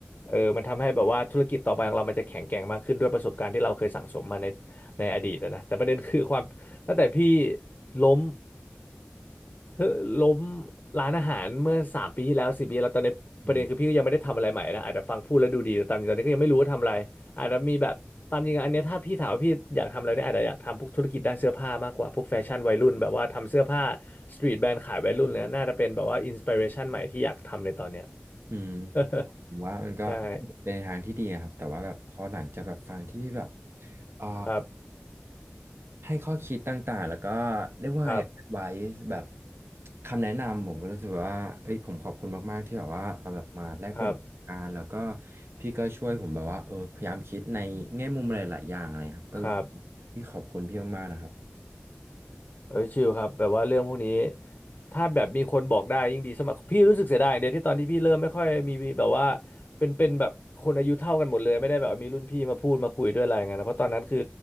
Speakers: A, on the left; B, on the right.
A: เออมันทำให้แบบว่าธุรกิจต่อไปของเรามันจะแข็งแกร่งมากขึ้นด้วยประสบการณ์ที่เราเคยสั่งสมมาในในอดีตอะนะแต่ประเด็นคือความตั้งแต่พี่ล้ม เฮ้อล้มร้านอาหารเมื่อสามปีที่แล้วสี่ปีแล้วตอนนี้ประเด็นคือพี่ก็ยังไม่ได้ทำอะไรใหม่นะอาจจะฟังพูดแล้วดูดีแต่ตามจริงตอนนี้ก็ยังไม่รู้ว่าทำอะไรอาจจะมีแบบตามจริงอันเนี้ยถ้าพี่ถามว่าพี่อยากทำอะไรเนี่ยอาจจะอยากทำพวกธุรกิจด้านเสื้อผ้ามากกว่าพวกแฟชั่นวัยรุ่นแบบว่าทำเสื้อผ้า
B: อืม
A: สตรีทแบรนด์ขายวัยรุ่นเลยนะน่าจะเป็นแบบว่าอินสปิเรชันใหม่ที่อยากทำในตอนเนี้ย
B: อืม
A: <laughs>
B: ผมว่ามันก็เป็นทางที่ดีอะครับแต่ว่าแบบพอหลังจะแบบฟังที่แบบ
A: ใช่
B: อ่า
A: ครับ
B: ให้ข้อคิดต่างๆแล้วก็เรียกว่าไงไว้แบบ
A: ครับ
B: คำแนะนำผมก็รู้สึกว่าเอ้ยผมขอบคุณมากๆที่แบบว่าเราแบบมาแลกเปลี่ยนประสบการณ์แล้วก็
A: ครับ
B: พี่ก็ช่วยผมแบบว่าเออพยายามคิดในแง่มุมหลายๆอย่างอะไรครับก็รู้สึก
A: ครับ
B: พี่ขอบคุณพี่มากๆนะครับ
A: เอ้ยชิลครับแบบว่าเรื่องพวกนี้ถ้าแบบมีคนบอกได้ยิ่งดีสมัครพี่รู้สึกเสียดายอย่างเดียวที่ตอนที่พี่เริ่มไม่ค่อยมีแบบว่าเป็นเป็นแบบคนอายุเท่ากันหมดเลยไม่ได้แบบว่ามีรุ่นพี่มาพูดมาคุยด้วยอะไรเงี้ยนะเพราะตอนนั้นคือ